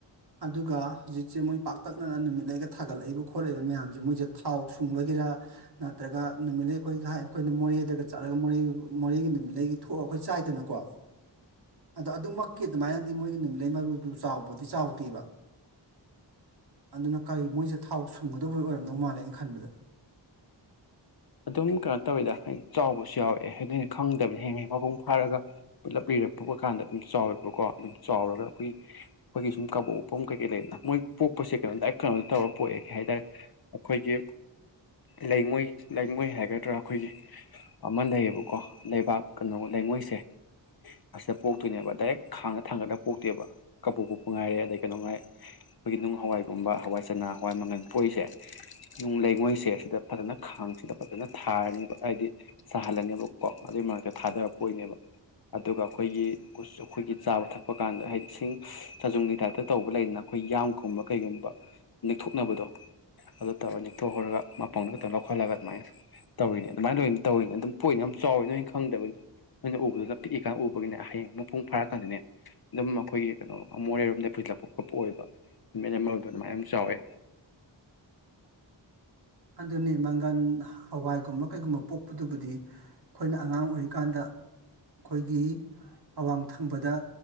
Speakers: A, on the right; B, on the left.
A: ꯑꯗꯨꯒ ꯍꯧꯖꯤꯛꯁꯦ ꯃꯣꯏ ꯄꯥꯛꯇꯛꯅꯅ ꯅꯨꯃꯤꯠ ꯂꯩꯒ ꯊꯥꯒꯠꯂꯛꯏꯕ ꯈꯣꯠꯂꯛꯏꯕ ꯃꯌꯥꯝꯁꯦ ꯃꯣꯏꯁꯦ ꯊꯥꯎ ꯁꯨꯡꯕꯒꯤꯔ ꯅꯠꯇ꯭ꯔꯒ ꯅꯨꯃꯤꯠꯂꯩ ꯑꯩꯈꯣꯏ ꯑꯩꯈꯣꯏꯅ ꯃꯣꯔꯦꯗꯒ ꯆꯠꯂꯒ ꯃꯣꯔꯦ ꯃꯣꯔꯦꯒꯤ ꯅꯨꯃꯤꯠꯂꯩꯒꯤ ꯊꯣꯛꯑ ꯑꯩꯈꯣꯏ ꯆꯥꯏꯗꯅꯀꯣ ꯑꯗꯣ ꯑꯗꯨꯃꯛꯀꯤ ꯑꯗꯨꯃꯥꯏꯅꯗꯤ ꯃꯣꯏꯒꯤ ꯅꯨꯃꯤꯠꯂꯩ ꯃꯔꯨꯗꯨ ꯆꯥꯎꯕꯗꯤ ꯆꯥꯎꯗꯦꯕ ꯑꯗꯨꯅ ꯀꯔꯤ ꯃꯣꯏꯁꯦ ꯊꯥꯎ ꯁꯨꯡꯒꯗꯕ ꯑꯣꯏꯔꯝꯗꯧ ꯃꯥꯜꯂꯦꯩꯅ ꯈꯟꯕꯗ
B: ꯑꯗꯨꯝ ꯀꯩꯅꯣ ꯇꯧꯋꯤꯗ ꯍꯥꯏꯗꯤ ꯆꯥꯎꯕꯁꯨ ꯌꯥꯎꯋꯦ ꯍꯥꯏꯗ ꯑꯩꯅ ꯈꯪꯗꯕꯅ ꯍꯌꯦ ꯃꯄꯨꯡ ꯐꯥꯔꯒ ꯄꯨꯂꯞ ꯂꯤꯔꯛ ꯄꯨꯕ ꯀꯥꯟꯗ ꯑꯗꯨꯝ ꯆꯥꯎꯋꯦꯕꯀꯣ ꯑꯗꯨꯝ ꯆꯥꯎꯔꯒ ꯑꯩꯈꯣꯏꯒꯤ ꯑꯩꯈꯣꯏꯒꯤ ꯁꯨꯝ ꯀꯕꯣꯛꯐꯝ ꯀꯩꯀꯩ ꯂꯩꯗꯅ ꯃꯣꯏ ꯄꯣꯛꯄꯁꯦ ꯀꯩꯅꯣ ꯇ ꯀꯩꯅꯣꯗ ꯇꯧꯔ ꯄꯣꯛꯑꯦ ꯀꯩ ꯍꯥꯏꯇꯥꯔꯦ ꯑꯩꯈꯣꯏꯒꯤ ꯂꯩꯉꯣꯏ ꯂꯩꯉꯣꯏ ꯍꯥꯏꯒꯗ꯭ꯔꯥ ꯑꯩꯈꯣꯏꯒꯤ ꯑꯃ ꯂꯩꯌꯦꯕꯀꯣ ꯂꯩꯕꯥꯛ ꯀꯩꯅꯣ ꯂꯩꯉꯣꯏꯁꯦ ꯑꯁꯤꯗ ꯄꯣꯛꯇꯣꯏꯅꯦꯕ ꯗꯥꯏꯔꯦꯛ ꯈꯥꯡꯗ ꯊꯥꯡꯒꯠꯂꯒ ꯄꯣꯛꯇꯦꯕ ꯀꯕꯨꯣꯛ ꯄꯣꯛꯄ ꯉꯥꯏꯔꯦ ꯑꯗꯩ ꯀꯩꯅꯣ ꯉꯥꯏ ꯑꯩꯈꯣꯏꯒꯤ ꯅꯨꯡ ꯍꯋꯥꯏꯒꯨꯝꯕ ꯍꯋꯥꯏ ꯆꯅꯥ ꯍꯋꯥꯏ ꯃꯪꯒꯜ ꯄꯣꯛꯏꯁꯦ ꯅꯨꯡ ꯂꯩꯉꯣꯏꯁꯦ ꯑꯁꯤꯗ ꯐꯖꯅ ꯈꯥꯡꯁꯤꯗ ꯐꯖꯅ ꯊꯥꯔꯅꯦꯕ ꯍꯥꯏꯗꯤ ꯁꯥꯍꯜꯂꯅꯦꯕ ꯀꯣ ꯑꯗꯨꯏ ꯃꯔꯛꯇ ꯊꯥꯗꯔꯛꯄ ꯑꯣꯏꯅꯦꯕ ꯑꯗꯨꯒ ꯑꯩꯈꯣꯏꯒꯤ ꯑꯩꯈꯣꯏꯒꯤ ꯆꯥꯕ ꯊꯛꯄ ꯀꯥꯟꯗ ꯍꯥꯏꯗꯤ ꯏꯁꯤꯡ ꯆꯥꯖꯨꯡꯒꯤ ꯇꯥꯏꯞꯇ ꯇꯧꯕ ꯂꯩꯗꯅ ꯑꯩꯈꯣꯏ ꯌꯥꯝꯒꯨꯝꯕ ꯀꯩꯒꯨꯝꯕ ꯅꯤꯡꯊꯣꯛꯅꯕꯗꯣ ꯑꯗꯨ ꯇꯧꯔꯒ ꯅꯤꯡꯊꯣꯛꯍꯧꯔꯒ ꯃꯄꯥꯎꯅ ꯛꯇꯪ ꯂꯧꯊꯣꯛ ꯑꯗꯨꯃꯥꯏ ꯇꯧꯅꯦ ꯑꯗꯨꯃꯥꯏꯅ ꯂꯅ ꯇꯧꯔꯤꯅꯦ ꯑꯗꯨꯝ ꯄꯣꯏ ꯌꯥꯝ ꯆꯥꯎꯋꯤ ꯅꯣꯏꯅ ꯈꯪꯗꯕꯅꯤ ꯎꯕ ꯑꯗꯨꯗ ꯇꯤꯛꯏꯀ ꯎꯕꯒꯤꯅꯦ ꯍꯌꯦꯡ ꯑꯃ ꯃꯄꯨꯡ ꯐꯥꯔꯀꯥꯟꯗꯅꯦ ꯑꯗꯨꯝ ꯑꯩꯈꯣꯏꯒꯤ ꯀꯩꯅꯣ ꯃꯣꯔꯦꯔꯣꯝꯗ ꯄꯨꯁꯤꯜꯂꯛꯄ ꯈꯣꯠꯄ ꯑꯣꯏꯕ ꯅꯨꯃꯤꯠ ꯑꯃꯗꯣ ꯑꯗꯨꯃꯥꯏ ꯌꯥꯝ ꯆꯥꯎꯋꯦ
A: ꯑꯗꯨꯅꯤ ꯃꯪꯒꯟ ꯍꯋꯥꯏꯒꯨꯝꯕ ꯀꯩꯒꯨꯝꯕ ꯄꯣꯛꯄꯗꯨꯕꯨꯗꯤ ꯑꯩꯈꯣꯏꯅ ꯑꯉꯥꯡ ꯑꯣꯏꯔꯤꯀꯥꯟꯗ ꯑꯩꯈꯣꯏꯒꯤ ꯑꯋꯥꯡ ꯊꯪꯕꯗ